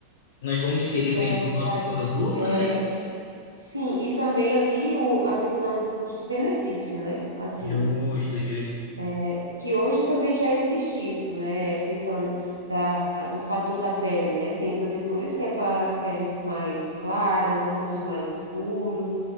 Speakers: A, on the left; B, on the right.
A: nós vamos querer
B: é
A: vender o
B: verdade.
A: nosso produto,
B: É,
A: né?
B: e, sim, e também ali o, a questão do custo-benefício, né? Assim,
A: Justo, justo.
B: é, que hoje também já existe isso, né? A questão da, do fator da pele, né? Tem protetores que é para peles mais claras, outros mais escuros.